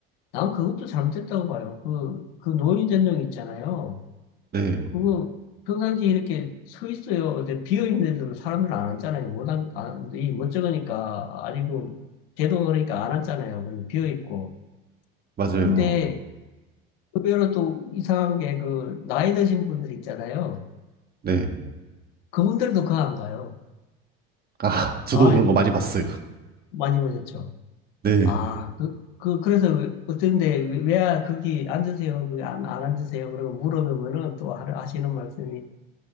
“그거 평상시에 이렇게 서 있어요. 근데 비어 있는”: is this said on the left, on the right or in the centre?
Left